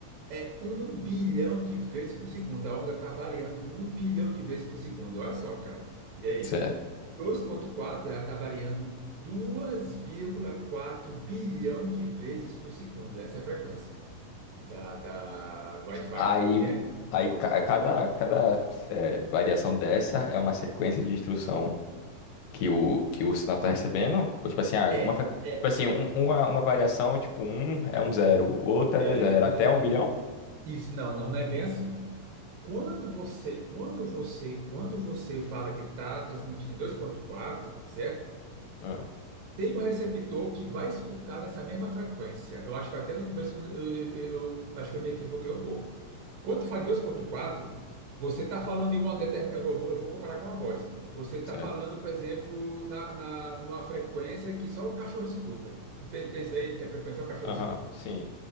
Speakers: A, on the right; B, on the left.
A: é um bilhão de vezes por segundo. A onda está variando um bilhão de vezes por segundo. Olha só, cara. E aí?
B: certo.
A: 2,4 ela está variando dois vírgula quatro bilhão de vezes por segundo. Essa é a frequência da, da, do Wi-Fi.
B: Aí,
A: Que é-
B: aí
A: Oi.
B: ca- cada, cada é, variação dessa é uma sequência de instrução que o, que o sinal está
A: Hum,
B: recebendo. Ou tipo assim, ah,
A: É,
B: uma, fre- tipo
A: é,
B: assim um- uma, uma variação, tipo, um é um zero, outra
A: é.
B: é dois zero,
A: hum,
B: até um bilhão?
A: Isso, não, não, não é bem assim. Quando você, quando você, quando você fala que está transmitindo em dois vírgula quatro, certo?
B: Hum,
A: Tem um receptor que vai escutar nessa mesma frequência. Eu acho que até no começo eu, eu- eu acho que eu me equivoquei um pouco. Quando tu fala em 2.4, você está falando em uma determinada. Eu vou, eu vou comparar com a voz. Você está
B: certo.
A: falando, por exemplo, na, na, numa frequência que só o cachorro escuta. Não Tem, tem isso aí? Tem frequência que só o cachorro
B: Aham, sim.